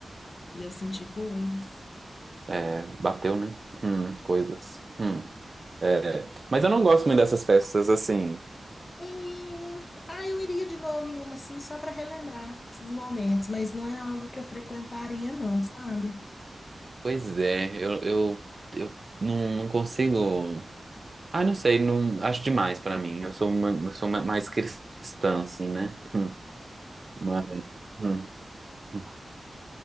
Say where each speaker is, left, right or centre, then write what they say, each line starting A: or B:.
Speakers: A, on the left; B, on the right.
A: E eu senti coisas.
B: É, bateu, né? Hum, coisas. Hum. É, mas
A: Nossa,
B: eu não gosto muito dessas festas assim.
A: É, Ah, eu iria de novo em uma assim, só para relembrar esses momentos, mas não é algo que eu frequentaria, não, sabe?
B: Pois é, eu, eu, eu não, não consigo. Ah, não sei, não acho demais pra mim. Eu sou, uma, eu sou ma- mais cristã, assim, né? Hum, mas, hum, hum,